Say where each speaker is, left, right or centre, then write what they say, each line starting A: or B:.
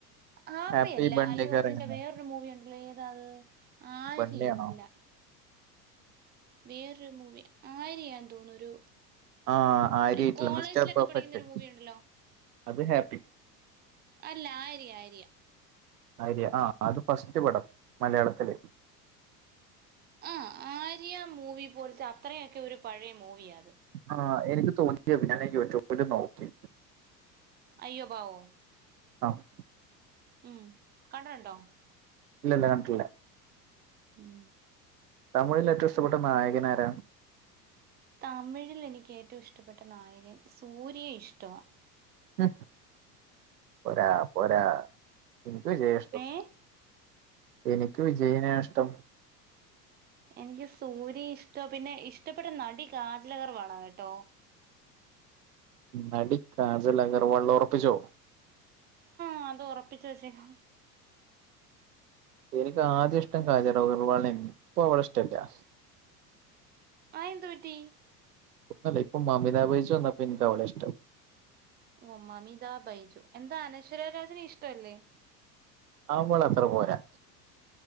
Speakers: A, on the right (about 20°); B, on the right (about 70°).
A: ഹാപ്പില്ല
B: ഹാപ്പി ബണ്ണിയൊക്കെ
A: അല്ലു അർജുന്റെ
B: ഇറങ്ങുന്നെ
A: വേറൊരു മൂവിയണ്ടല്ലോ ഏതാത് ആര്യയോ
B: ബണ്ണിയാണോ?
A: അല്ല വേറൊരു മൂവി ആര്യ ന്തോന്നുന്നു ഒരു
B: ആഹ് ആര്യ
A: ഒരു
B: ടു
A: കോളേജിലൊക്കെ
B: മിസ്റ്റർ പെർഫെക്ട്
A: പഠിക്കുന്ന ഒരു മൂവി ഉണ്ടല്ലോ
B: അത് ഹാപ്പി
A: അല്ല ആര്യ ആര്യ
B: ആര്യ ആ അത് ഫസ്റ്റ് പടം മലയാളത്തില്.
A: ആഹ് ആര്യ മൂവി പോലത്തെ അത്രയൊക്കെ ഒരു പഴയ മൂവിയ അത്
B: ആഹ് എനിക്ക് തോന്നി അതെ. ഞാന് യൂട്യൂബില് നോക്കി
A: അയ്യോ പാവോ
B: ആഹ്
A: ഉം കണ്ടിട്ടുണ്ടോ
B: ഇല്ല ഇല്ല കണ്ടിട്ടില്ലേ.
A: ഉം
B: തമിഴിൽ ഏറ്റവും ഇഷ്ടപ്പെട്ട നായകൻ ആരാ?
A: തമിഴിൽ എനിക്ക് ഏറ്റവും ഇഷ്ടപ്പെട്ട നായകൻ സൂര്യ ഇഷ്ട്ടവ.
B: ഉം പോരാ പോരാ എനിക്ക് വിജയിയെ ഇഷ്ടം.
A: ഏ
B: എനിക്ക് വിജയിനെ ഇഷ്ടം.
A: എനിക്ക് സൂര്യ ഇഷ്ട്ട. പിന്നെ ഇഷ്ടപ്പെട്ട നടി കാജൽ ആഗ്രവൾ ആണ് കേട്ടോ
B: നടി കാജൽ ആഗ്രവൾ ഉറപ്പിച്ചോ
A: ആ അത് ഉറപ്പിച്ച വെച്ചേക്ക
B: എനിക്ക് ആദ്യം ഇഷ്ടം കാജൽ ആഗ്രവൾനേതായിരിന്നു ഇപ്പ അവള ഇഷ്ടല്ല.
A: ആയിയെന്തുപറ്റി
B: ഇപ്പോയില്ല ഇപ്പം മാമിത ബൈജു വന്നപ്പോൾ ഇക്ക് അവള ഇഷ്ടം
A: ഉം മാമിത ബൈജു എന്താ അനശ്വര രാജന് ഇഷ്ട അല്ലേ?
B: അവള് അത്ര പോരാ.